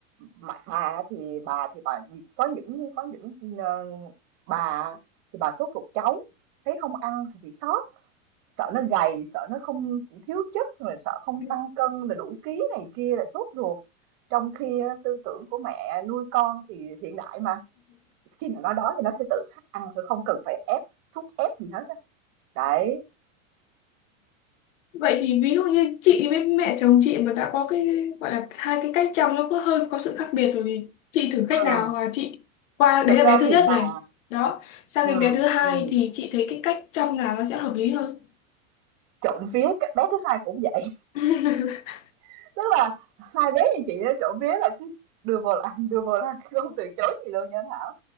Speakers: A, on the right (about 45°); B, on the left (about 65°).
A: mà, bà thì bà thì bà có những có những ờ, bà thì bà sốt ruột cháu thấy không ăn thì bị sốt sợ nó gầy sợ nó không thiếu chất rồi sợ không
B: Ừ.
A: tăng cân là đủ ký này kia là sốt ruột trong khi á, tư tưởng của mẹ nuôi con thì hiện đại mà khi mà nó đói thì nó sẽ tự khắc ăn thôi không cần phải ép thúc ép gì hết á Đấy,
B: Vậy thì ví dụ như chị với mẹ chồng chị mà đã có cái gọi là hai cái cách chăm nó có hơi có sự khác biệt rồi thì chị thử cách
A: Ừm.
B: nào hoặc là chị qua
A: thực
B: đấy là bé
A: ra
B: thứ
A: thì
B: nhất
A: bà
B: này đó sang
A: ừm,
B: đến bé thứ hai
A: ừm,
B: thì chị thấy cái cách chăm nào nó sẽ hợp lý hơn
A: trộm vía cái bé thứ hai cũng vậy,
B: <laughs>
A: <laughs> tức là hai bé như chị đó trộm vía là cứ đưa vào ăn, đưa vào ăn, không từ chối gì luôn nha Thảo.